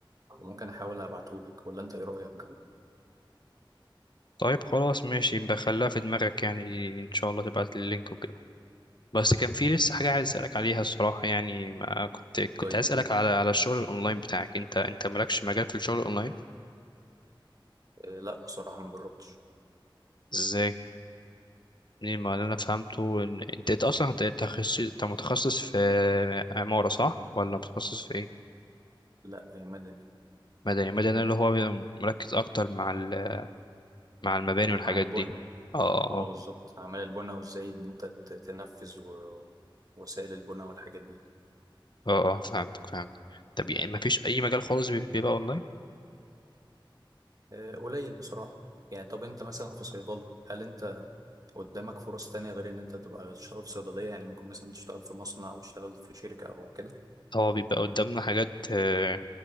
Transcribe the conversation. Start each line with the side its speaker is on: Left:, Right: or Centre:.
Right: وممكن أحاول أبعتهولك ولا أنت إيه رأيك؟
Left: طيب خلاص ماشي يبقى خليها في دماغك يعني إن شاء الله تبعت لي اللينك وكده بس كان في لسه حاجة عايز أسألك عليها الصراحة يعني ما كنت كنت
Right: طيب
Left: عايز
Right: قول
Left: أسألك على على الشغل الأونلاين بتاعك أنت أنت مالكش مجال في الشغل الأونلاين
Right: آه، لا بصراحة ما جربتش
Left: إزاي؟ منين ما اللي أنا فهمته إن أنت أنت أصلا أنت تخصص أنت متخصص في عمارة صح؟ ولا متخصص في إيه؟
Right: لا آه، مدني
Left: مدني مدني اللي هو بيبقى مركز أكتر مع ال... مع المباني والحاجات
Right: مع البن
Left: دي اه آه،
Right: اه
Left: آه.
Right: بالظبط اعمال البنى وازاي ان انت ت- تنفذ و- وسائل البنى والحاجات دي
Left: اه اه فهمتك فهمت طب يعني مفيش اي مجال خالص بي- بيبقى اونلاين
Right: آه، قليل بصراحه يعني طب انت مثلا في صيدله هل انت قدامك فرص تانية غير ان انت تبقى تشتغل في صيدليه يعني ممكن مثلا تشتغل في مصنع او تشتغل في شركه او كده
Left: اه بيبقى قدامنا حاجات آه،